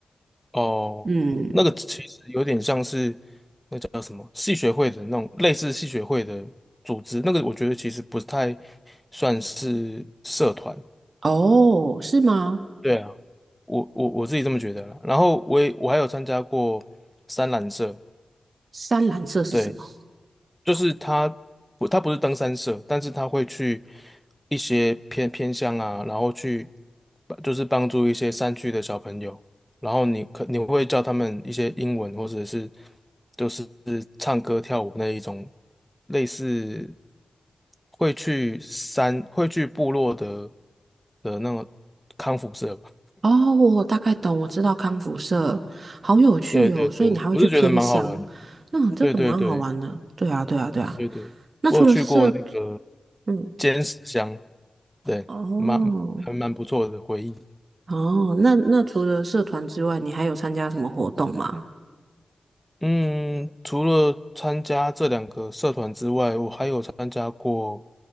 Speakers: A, in the centre; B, on the right.
A: 哦，
B: 嗯，
A: 那个其实有点像是叫什么系学会的那种类似系学会的组织，那个我觉得其实不太算是社团，
B: 哦，是吗？
A: 对啊，我我我自己这么觉得了。然后我也我还有参加过三蓝色，
B: 三蓝色是什么？
A: 对，就是他不他不是登山社，但是他会去一些偏偏乡啊，然后去就是帮助一些山区的小朋友，然后你可你会教他们一些英文或者是就是唱歌跳舞那一种类似会去山会去部落的的那种康复社吧。
B: 哦，我大概懂，我知道康复社，好有趣哦，
A: 对对对，
B: 所以你还会去偏乡，
A: 我是觉得蛮好玩的。
B: 那这个蛮好玩的。
A: 对对对
B: 对啊，对啊，对啊。
A: 对对，
B: 那除了社，
A: 我有去过那个
B: 嗯，
A: 尖石乡，对，
B: 哦，
A: 蛮还蛮不错的回忆。
B: 哦，那那除了社团之外，你还有参加什么活动吗？
A: 嗯，除了参加这两个社团之外，我还有参加过